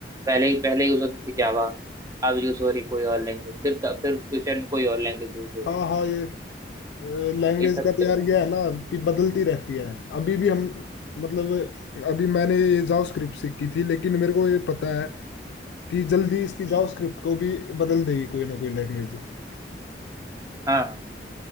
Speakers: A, on the right; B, on the left.
A: पहले ही पहले यूज होती थी जावा अब यूज हो रही कोई और लैंग्वेज फिर क- फिर फ्यूचर में कोई और लैंग्वेज यूज होगी
B: हाँ हाँ ये लैंग्वेज
A: ये सब
B: का तो
A: चल
B: यार
A: रहा है
B: ये है ना कि बदलती रहती है अभी भी हम मतलब अभी मैंने ये जावास्क्रिप्ट सीखी थी लेकिन मेरे को ये पता है कि जल्दी इसकी जावास्क्रिप्ट
A: हम्म।
B: को भी बदल देगी कोई ना कोई लैंग्वेज
A: हाँ